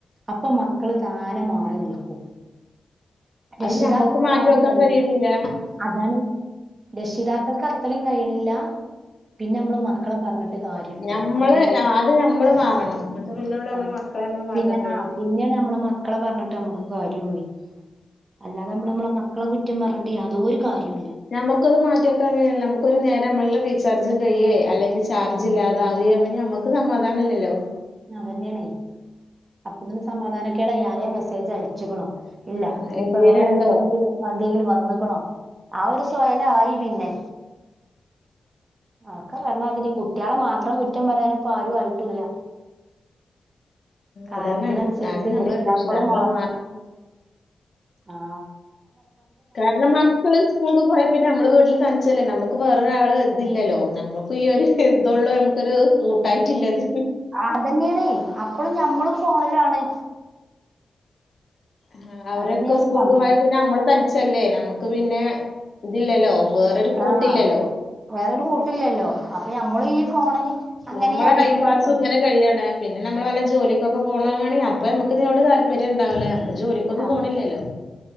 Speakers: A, on the right; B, on the left.
A: അപ്പൊ മക്കള് താനെ മാറി നിൽക്കൂ രക്ഷിതാക്കൾക്ക്
B: അത് ഞമ്മക്ക് മാറ്റി
A: ആദ്യം
B: വെക്കാൻ
A: കഴിയും
B: കഴിയണില്ല
A: അതാണ് രക്ഷിതാക്കൾക്ക് അത്രയും കഴിയണില്ല പിന്നെ നമ്മള് മക്കളെ പറഞ്ഞിട്ട് കാര്യവോണ്ടോ
B: ഞമ്മള്
A: അതാണ്-
B: ആദ്യം ഞമ്മള് മാറണം എന്നിട്ട് പിന്നൊള്ളൂ നമ്മളെ
A: അതെ
B: മക്കളെ നമ്മള് മാറ്റാൻ
A: പിന്നെ
B: കഴിയുള്ളൂ
A: ആ പിന്നെയാണ് ഞമ്മളെ മക്ക മക്കളെ പറഞ്ഞിട്ട് ഞമ്മക്ക് കാര്യവൊള്ളെ അല്ലാതെ നമ്മള് നമ്മളെ മക്കളെ കുറ്റം പറഞ്ഞിട്ട് യാതൊരു കാര്യം
B: ഞമ്മക്ക് അത് മാറ്റിവക്കാൻ കഴിയുല്ലേ നമുക്കൊരു നേരം <unintelligible> റീചാർജ് കയ്യിയെ അല്ലെങ്കി ചാർജ് ഇല്ലാതാവുവേ ഞമ്മക്ക് സമാധാനമില്ലല്ലോ
A: അതെനെയാണേ അപ്പോത്തിന് സമാധാനക്കേടായി ആരേലും മെസ്സേജ് അയച്ചിക്കണോ ഇല്ല
B: ആഹ്
A: ഇനിയിപ്പോ
B: എന്തേലും
A: വേറെ
B: ഇണ്ടോ
A: എന്തെങ്കിലും എന്തെങ്കിലും വന്നിക്കണോ ആ ഒരു <unintelligible> പിന്നെ ഒക്കെ പറഞ്ഞമാതിരി കുട്ടികളെ മാത്രം കുറ്റം പറയാനിപ്പോ ആരും ആയിട്ടുവില്ല കാലത്തിനനുസരിച്ച്
B: അതാണ് ആദ്യം നമ്മള്
A: രക്ഷിതാക്കളും
B: രക്ഷിതാക്കള്
A: മാറുവാണ്
B: മാ
A: ആ
B: കാരണം മക്കള് സ്കൂൾക്ക് പോയാ പിന്നെ നമ്മള് വീട്ടില് തനിച്ചല്ലേ നമ്മുക്ക്- വേറൊരാള് ഇതില്ലല്ലോ നമ്മുക്ക് ഈ ഒരു ഇതൊള്ളൂ നമുക്കൊരു കൂട്ടായിട്ടളത്
A: അതന്നെയണേ അപ്പളും ഞമ്മളും ഫോണിലാണ്
B: ആ അവരൊക്കെ
A: അതന്നെയാണ്
B: സ്കൂൾ
A: സംഭവം
B: പോയാ പിന്നെ നമ്മള് തനിച്ചല്ലേ നമ്മുക്ക് പിന്നെ ഇതില്ലല്ലോ വേറൊരു കൂട്ടില്ലല്ലോ
A: ആഹ വേറൊരു കൂട്ടില്ലല്ലോ അപ്പൊ നമ്മള് ഈ ഫോണിന് അങ്ങനെയ
B: നമ്മളെ
A: അഡിക്റ്റ്
B: ടൈം പാസും
A: ആകണം
B: ഇങ്ങനെ കഴിയാണ് പിന്നെ നമ്മള് വല്ല ജോലിക്കൊക്കെ പോണവാണെങ്കിൽ അപ്പോ നമുക്ക്തിനോ താല്പര്യം ഉണ്ടാവില്ല ജോലിക്കൊന്നും
A: ആ
B: പോണില്ലല്ലോ